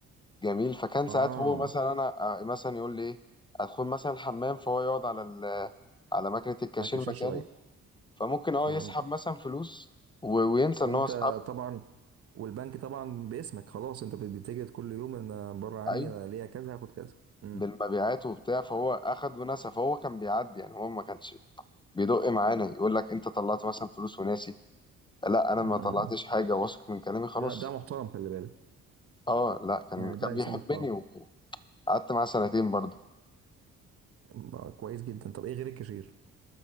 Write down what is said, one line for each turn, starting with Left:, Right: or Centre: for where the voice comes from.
Left: جميل فكان
Right: اه
Left: ساعات هو مثلا انا آه، مثلا يقول لي ايه ادخل مثلا الحمام فهو يقعد على ال... على ماكينه الكاشير
Right: على الكاشير
Left: مكاني
Right: شويه
Left: فممكن اه
Right: فهمتك
Left: يسحب مثلا فلوس و- وينسى ان
Right: وانت
Left: هو سحب
Right: طبعا والبنك طبعا باسمك خلاص انت بتتجد كل يوم ان بره عني
Left: لعيب
Right: انا ليا كذا هاخد كذا امم
Left: بالمبيعات وبتاع فهو اخد ونسى فهو كان بيعدي يعني هو ما كانش بيدق معانا يقول لك انت طلعت مثلا فلوس وناسي لا انا ما
Right: امم
Left: طلعتش
Right: امم.
Left: حاجه واثق من كلامي خلاص
Right: ده ده محترم خلي بالك
Left: اه لا كان
Right: يعني
Left: كان
Right: ده انسان
Left: بيحبني
Right: محترم
Left: وقعدت معاه سنتين برضه
Right: بقى كويس جدا طب ايه غير الكاشير